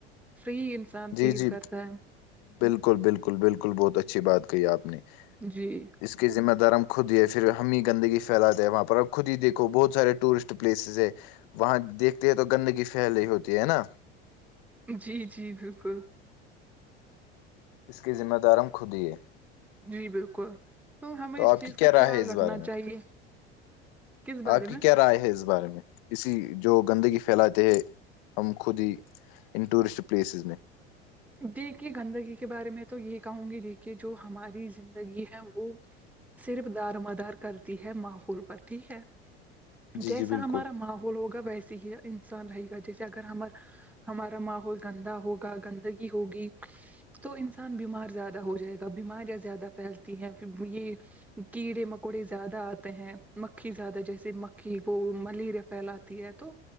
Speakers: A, in the centre; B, on the left.
A: فری انسان
B: جی
A: فیل
B: جی
A: کرتا ہے
B: بالکل بالکل بالکل بہت اچھی بات کہی آپ نے
A: جی
B: اس کے ذمہ دار ہم خود ہی ہے پھر ہم ہی گندگی پھیلاتے ہیں وہاں پر اب خود ہی دیکھو بہت سارے ٹورسٹ پلیسز ہے وہاں دیکھتے ہیں تو گندگی پھیل رہی ہوتی ہے نا
A: جی جی بالکل
B: اس کی ذمہ دار ہم خود ہی ہے
A: جی بالکل تو ہمیں اس
B: آپ
A: چیز
B: کی
A: کا
B: کیا رائے
A: خیال
B: ہے اس
A: رکھنا
B: بارے میں
A: چاہیے کس بارے
B: آپ کی
A: میں
B: کیا رائے ہے اس بارے میں اسی جو گندگی پھیلاتے ہے ہم خود ہی ان ٹورسٹ پلیسز میں
A: دیکھے گندگی کے بارے میں تو یہ کہوں گی دیکھیے جو ہماری زندگی ہے وہ صرف دار مدار کرتی ہے ماحول پر ٹھیک ہے
B: جی
A: جیسا
B: جی بالکل
A: ہمارا ماحول ہوگا ویسے ہی انسان رہے گا جیسے اگر ہمار ہمارا ماحول گندا ہوگا گندگی ہوگی تو انسان بیمار زیادہ ہو جائے گا بیماریاں زیادہ پھیلتی ہیں یہ کیڑے مکوڑے زیادہ آتے ہیں مکھی زیادہ جیسے مکھی کو ملیریا پھیلاتے ہے تو